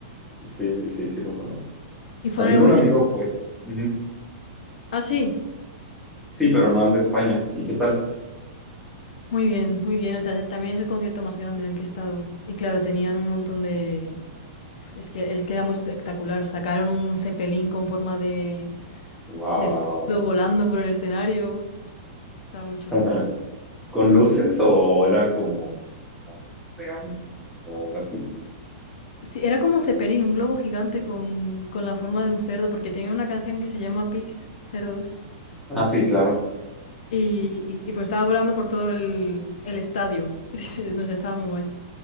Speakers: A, in the centre; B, on the left (about 70°).
A: Sí, sí, sí, sí lo conozco.
B: Y fue
A: También
B: en el Wizzing.
A: un amigo fue. Ujú.
B: Ah, sí,
A: Sí, pero no al de España. ¿Y qué tal?
B: muy bien, muy bien. O sea, también es el concierto más grande en el que he estado. Y claro, tenían un montón de. Es que, es que era muy espectacular. Sacaron un cepelín con forma de,
A: Wow.
B: de cerdo volando por el escenario. Estaba muy chulo.
A: Ajá. ¿Con luces o era como real? O sea, era físico.
B: Sí, era como Zeppelin, un globo gigante con, con la forma de un cerdo, porque tenía una canción que se llama Pigs, cerdos,
A: Ah, sí, claro.
B: y, y- y pues estaba volando por todo el, el estadio. <laughs> Dice, No sé, estaba muy guay.